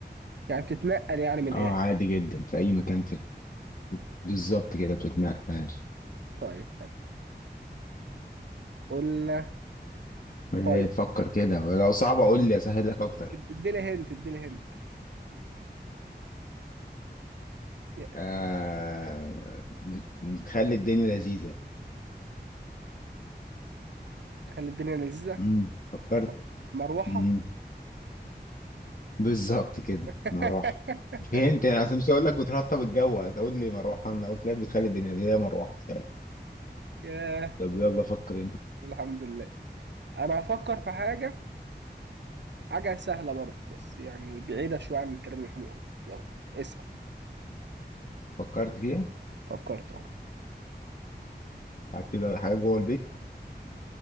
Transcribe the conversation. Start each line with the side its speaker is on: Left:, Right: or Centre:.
Right: يعني بتتنقل يعني من
Left: اه
Right: الآخر
Left: عادي جدا في أي مكان في بالظبط كده بتتنقل
Right: طيب حلو. قلنا
Left: إيه،
Right: طيب
Left: فكر كده لو صعب اقول لي اسهل لك اكتر
Right: اديلي هنت اديلي هنت يا-
Left: آه...
Right: اد-
Left: نخلي الدنيا لذيذة
Right: خلي الدنيا لذيذة
Left: مم. فكرت
Right: م- مروحة
Left: مم. بالظبط كده
Right: <laughs>
Left: مروحة فهمت انا اصلا مش هقول لك بترطب الجو هتقول لي مروحة انا قلت لك بتخلي الدنيا لذيذة هي مروحة فعلا
Right: ياه
Left: طب يلا فكر انت
Right: الحمد لله أنا هفكر في حاجة حاجة سهلة برضه بس يعني بعيدة شوية عن الكلام اللي احنا بنقوله يلا اسأل
Left: فكرت فيها
Right: فكرت أهو
Left: هتبقى حاجة جوه البيت